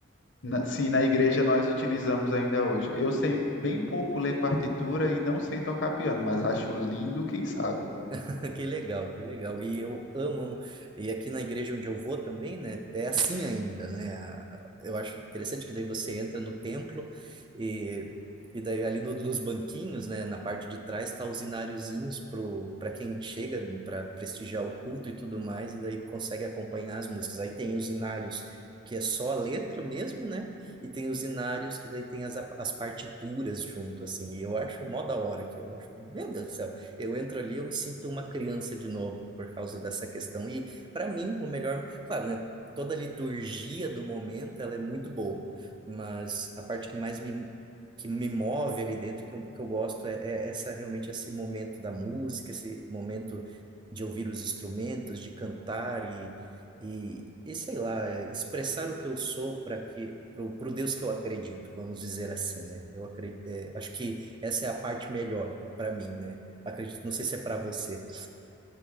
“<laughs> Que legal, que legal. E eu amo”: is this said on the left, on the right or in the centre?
Right